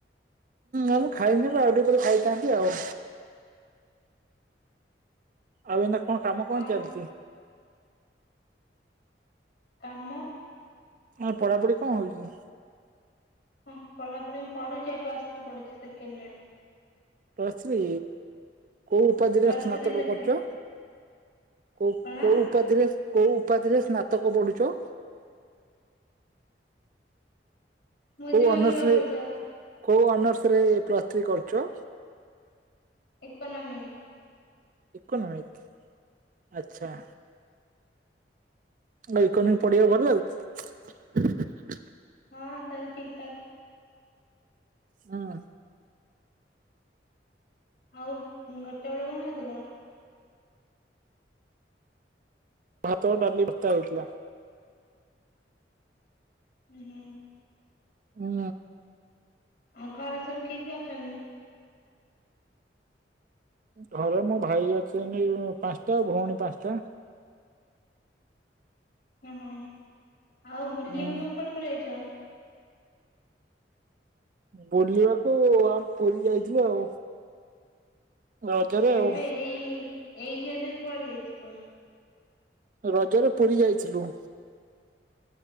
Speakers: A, on the right; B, on the left.
A: ମୁଁ ଖାଇନିପା ଆଉ ଟିକେ ପରେ ଖାଇଥାନ୍ତି ଆଉ। ଆଉ ଏଇନା କଣ କାମ କଣ
B: ଆଉ
A: ଚାଲିଛି?
B: କାମ
A: ଏ ପଢ଼ାପଢ଼ି କଣ ହଉଚି?
B: ହଁ ପଢାପଢି ପଢୁଛି ଆଉ ପ୍ଲସ୍ ଥ୍ରୀ ପଢୁଛି ସେକେଣ୍ଡ ଇଅର।
A: ପ୍ରସ୍ ତ୍ରୀ କୋଉ ଉପାଧିରେ
B: ପ୍ଲସ୍
A: ସ୍ନାତକ
B: ଥ୍ରୀ ସେକେଣ୍ଡ
A: କରୁଛ?
B: ଇୟର।
A: କୋଉ
B: କଣ
A: କୋଉ ଉପାଧି ରେ କୋଉ ଉପାଧିରେ ସ୍ନାତକ ପଢୁଛ?
B: ବୁଝିପାରୁନି
A: କେଉ ଅନର୍ସ
B: କଣ
A: ରେ
B: କହୁଛ?
A: କଉ ଅନର୍ସ ରେ ପ୍ଲସ୍ ଥ୍ରୀ କରୁଚ?
B: ଇକୋନୋମିକ।
A: ଇକୋନୋମିକ୍ ଆଚ୍ଛା। ନା ଇକୋନି ପଢିବା ଭଲ ଲାଗୁଚି?
B: ହଁ ସେମିତି ସାର୍।
A: ହଁ।
B: ଆଉ ଗୋଟେ ବେଳେ କଣ ଖାଇଥିଲ?
A: ଭାତ ଡାଲି ଭତ୍ତା ହେଇଥିଲା।
B: ହୁ ହୁଁ।
A: ହୁଁ।
B: ଆଉ ଘରେ ସବୁ କିଏ କିଏ ଅଛନ୍ତି?
A: ଘରେ ମୋ ଭାଇ ଅଛନ୍ତି ପାଞ୍ଚଟା ଭଉଣୀ ପାଞ୍ଚଟା।
B: ଓହୋ ଆଉ ବୁଲିବାକୁ
A: ହୁଁ
B: ସବୁ କୁଆଡେ କୁଆଡେ ଯାଇଚ?
A: ବୁଲିବାକୁ ଆମ୍ ପୁରୀ ଯାଇଥିଲୁ ଆଉ। ରଜରେ
B: ଏବେ
A: ଆଉ।
B: ଏଇ ଏଇ ଇୟରରେ କୁଆଡେ ଯାଇଛି?
A: ରଜରେ ପୁରୀ ଯାଇଥିଲୁ।